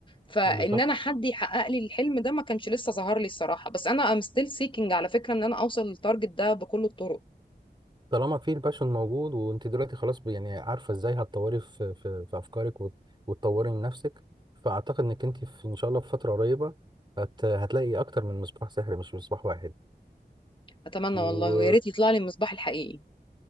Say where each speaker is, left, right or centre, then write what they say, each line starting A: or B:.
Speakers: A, on the left; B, on the right.
A: فان
B: بالظبط
A: انا حد يحقق لي الحلم ده ما كانش لسه ظهر لي الصراحه بس انا ام ستيل سيكينج على فكره ان انا اوصل للتارجت ده بكل الطرق
B: طالما في الباشون موجود وأنت دلوقتي خلاص ب- يعني عارفة إزاي هتطوري في في, في أفكارك وت- وتطوري من نفسك فأعتقد إنك أنت في إن شاء الله في فترة قريبة هت هتلاقي أكتر من مصباح سحري مش مصباح واحد
A: اتمنى
B: ويا
A: والله ويا ريت يطلع لي المصباح الحقيقي